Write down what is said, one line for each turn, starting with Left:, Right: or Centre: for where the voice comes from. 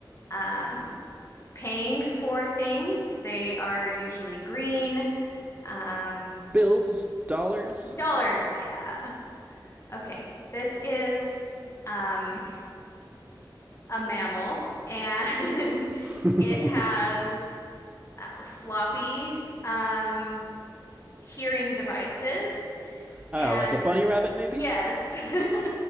Left: um, paying for things. They are usually green. Um,
Right: Bills, dollars.
Left: dollars, yeah. Okay, this is um, a mammal and <laughs>
Right: <laughs>
Left: it has uh, floppy um, hearing devices.
Right: Ah,
Left: And
Right: like a bunny rabbit, maybe.
Left: yes, <laughs>